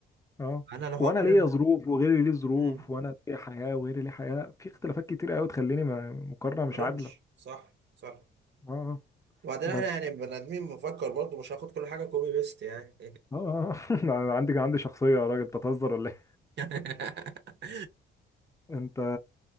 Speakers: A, on the left; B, on the right.
A: اه
B: انا لو هقارن
A: وانا ليا ظروف وغيري ليه ظروف
B: مم،
A: وانا ليا حياه وغيري ليه حياه في اختلافات كتير قوي تخليني ما- مقارنه
B: ما
A: مش
B: اقارنش
A: عادله
B: صح صح
A: اه آه.
B: وبعدين
A: بس
B: احنا يعني بني ادمين بنفكر برضه مش هاخد كل حاجه كوبي بيست يعني
A: اه آه. <laughs> أنا عندي عندي شخصيه يا راجل بتهزر ولا ايه
B: <laughs>
A: <laughs> انت